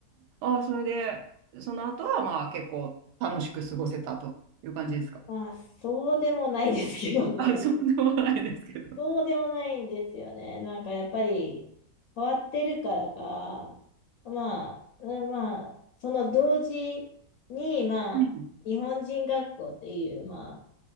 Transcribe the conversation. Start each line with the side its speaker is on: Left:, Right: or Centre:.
Right: ああ、それで、その後はまあ結構楽しく過ごせたという感じですか。
Left: まあ、そうでもないですけどね。
Right: あ、そうでもないですけど。
Left: そうでもないんですよね。なんかやっぱり変わってるからか、まあ、うんまあ、その同時に、まあ、
Right: うん、
Left: 日本人学校っていう、まあ、